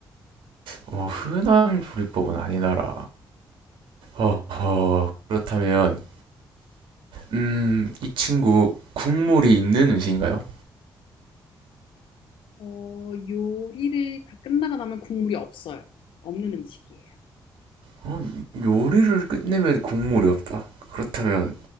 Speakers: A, on the right; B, on the left.
A: 어, 흔한 조리법은 아니다라. 허허, 그렇다면, 음, 이 친구 국물이 있는 음식인가요?
B: 어, 요리를 다 끝나고 나면 국물이 없어요. 없는 음식이에요.
A: 어, 요리를 끝내면 국물이 없다. 그렇다면